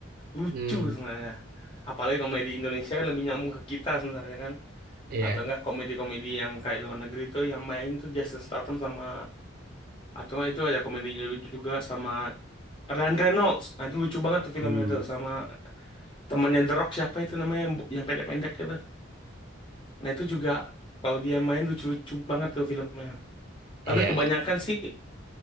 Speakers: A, on the left; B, on the right.
A: lucu
B: Hmm,
A: sebenarnya apalagi komedi Indonesia kan lebih nyambung ke kita sebenarnya kan
B: iya.
A: atau enggak komedi-komedi yang kayak luar negeri tuh yang main tuh Jason Statham sama atau enggak itu ada komedinya juga sama Ryan Reynolds nah itu lucu banget tuh filmnya
B: Hmm,
A: tuh sama temannya The Rock siapa itu namanya yang yang pendek-pendek itu Nah itu juga kalau dia main lucu-lucu banget tuh filmnya. Tapi
B: iya.
A: kebanyakan sih